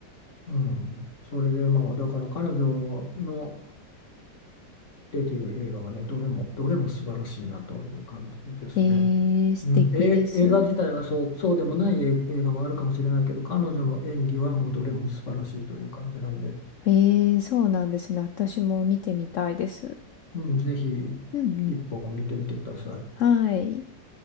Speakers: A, on the left; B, on the left.
A: うん。それで、まあ、だから彼女の、出てる映画はね、どれも、どれも素晴らしいなという感じですね。
B: ええ、素敵です。
A: うん、え、映画自体はそう、そうでもない映映画もあるかもしれないけど、彼女の演技はもうどれも素晴らしいという感じなんで、
B: ええ、そうなんですね。私も見てみたいです。
A: うん、ぜひ
B: うんうん。
A: 一本見てみてください。
B: はい。